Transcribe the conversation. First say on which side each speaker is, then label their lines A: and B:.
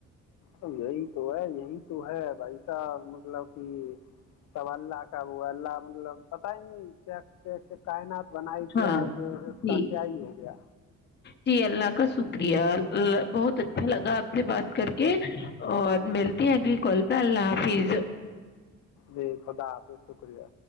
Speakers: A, on the left; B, on the left.
A: یہی تو ہے یہی تو ہے بھائی سا مطلب کہ سب اللہ کا وہ اللہ مطلب نہیں کیا کا بنائی تھی
B: ہاں
A: آج اس
B: جی
A: کا کیا ہی ہو گیا
B: جی اللہ کا شکریہ ال اللہ بہت اچھا لگا آپ سے بات کر کے اور ملتے ہیں اگلی کال پہ اللہ حافظ
A: جی خدا شکریہ